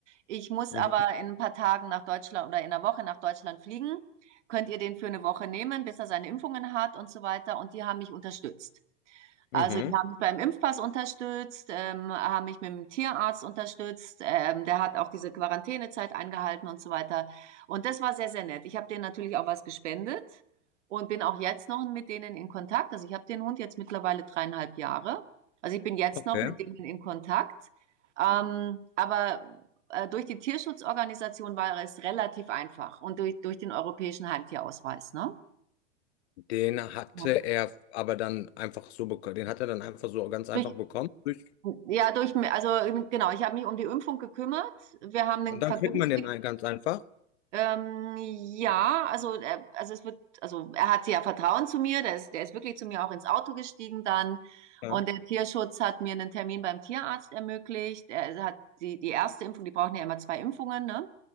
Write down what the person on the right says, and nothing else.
Ich muss
aber in ein paar Tagen nach Deutschland oder in einer Woche nach Deutschland fliegen. Könnt ihr den für eine Woche nehmen, bis er seine Impfungen hat und so weiter. Und die haben mich unterstützt. Also
die haben mich beim Impfpass unterstützt, ähm, haben mich mit dem Tierarzt unterstützt. Ähm, der hat auch diese Quarantänezeit eingehalten und so weiter. Und das war sehr, sehr nett. Ich habe denen natürlich auch was gespendet und bin auch jetzt noch mit denen in Kontakt. Also ich habe den Hund jetzt mittlerweile dreieinhalb Jahre. Also ich bin jetzt
noch mit denen in Kontakt. Ähm, aber äh, durch die Tierschutzorganisation war es relativ einfach und durch, durch den europäischen Heimtierausweis, ne?
Ja.
Durch,
Ja, durch, also ähm, genau, ich habe mich um die Impfung gekümmert. Wir haben den
vergünstigt.
Ähm, ja, also, er, also es wird, also er hat ja Vertrauen zu mir, der ist, der ist wirklich zu mir auch ins Auto gestiegen dann.
Und der Tierschutz hat mir einen Termin beim Tierarzt ermöglicht. Er hat die, die erste Impfung, die brauchen ja immer zwei Impfungen, ne?